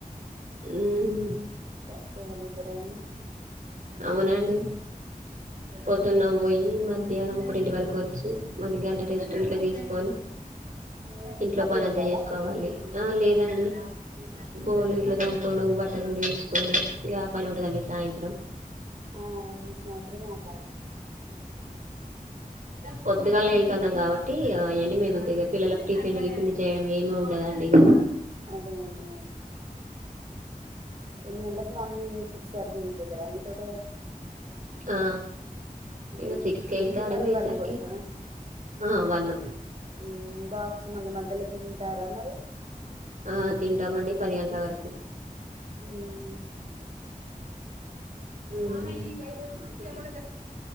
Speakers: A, on the right; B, on the right.
A: హ్మ్
B: తట్టుకోగలుగుతారు అయిన
A: అవునండి పొద్దున్నవోయి మధ్యాహ్నం ఒకటింటి వరకు వచ్చి మళ్ళీ గంట రెస్ట్ ఇట్ల తీసుకోని
B: హ్మ్
A: ఇంట్లో
B: మళ్ళీ
A: పనంతా
B: వెళ్ళాలా
A: చేసుకోవాలి ఆ లేదండి బోలు ఇట్లా తోముకోడు, బట్టలువిండి వేసుకోడు ఇగ పని ఉంటదండి సాయంత్రం.
B: ఆ సాయంత్రం ఆ పనే
A: పొద్దుగాళ్ వెళ్తన్నాం కాబట్టి అయెన్నీ మి అంతేగ పిల్లలకి టిఫెన్ గిఫెన్ చేయడం ఏమి ఉండదండి ఇగ
B: దాన్నే ఎన్ని గంటలకు మార్నింగ్ సిక్స్ వరకు వెళ్ళిపోతారా అండి తోట
A: ఆ
B: మ్మ్
A: ఇక సిక్స్
B: సిక్స్కి
A: కి వెళ్తే
B: వెళ్ళి
A: ఆడికి
B: మళ్ళీ
A: పోయేసరికి
B: వన్కు వస్తారా,
A: ఆ వన్
B: మ్మ్ బాక్స్ మళ్ళీ మధ్యలో తింటారా మరి.
A: ఆ తింటామండి పది గంటల వరకు
B: హ్మ్
A: హ్మ్